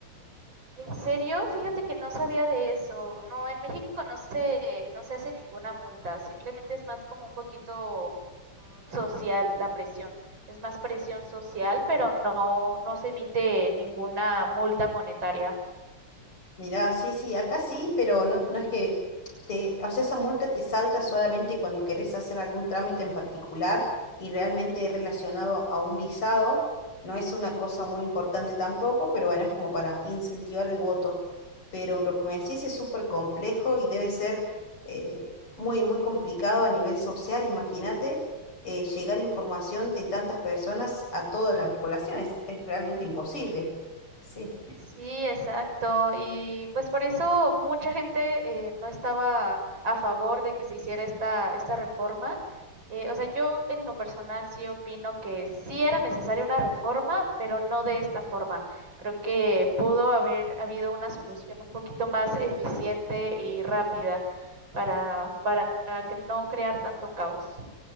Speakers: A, on the right (about 60°); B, on the left (about 85°).
A: ¿En serio? Fíjate que no sabía de eso. No, en México no se, no se hace ninguna multa, simplemente es más como un poquito mm, social la presión. Es más presión social, pero no, no se emite ninguna multa monetaria.
B: Mirá, sí, sí, acá sí, pero no, no es que te, o sea, esa multa te salta solamente cuando querés hacer algún trámite en particular y realmente relacionado a, a un visado. No es una cosa muy importante tampoco, pero bueno, es como para incentivar el voto. Pero lo que me decís es súper complejo y debe ser eh, muy, muy complicado a nivel social. Imagínate eh, llegar información de tantas personas a toda la población. Es, es realmente imposible. Sí.
A: Sí, exacto. Y pues por eso mucha gente eh, no estaba a favor de que se hiciera esta, esta reforma. Eh, o sea, yo en lo personal sí opino que sí era necesaria una reforma, pero no de esta forma. Creo que pudo haber habido una solución un poquito más eficiente y rápida para, para que no crear tanto caos.